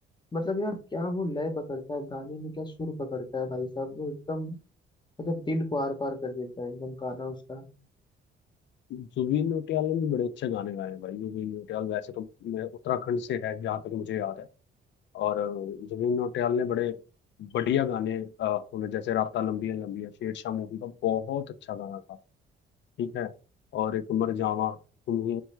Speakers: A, on the left; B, on the left.
A: मतलब यार क्या वो लय पकड़ता है गाने में क्या सुर पकड़ता है भाई साहब वो एकदम मतलब दिल को आर पार कर देता है एकदम गाना उसका
B: जुबिन नौटियाल ने भी बड़े अच्छे गाने गाए हैं भाई जुबिन नौटियाल वैसे तो मैं उत्तराखंड से है जहाँ तक मुझे याद है और अ, जुबिन नौटियाल ने बड़े बढ़िया गाने अ, उन्हें जैसे रात लंबी है लंबी है शेरशाह मूवी का बहुत अच्छा गाना था ठीक है और एक मर जावा तुम ही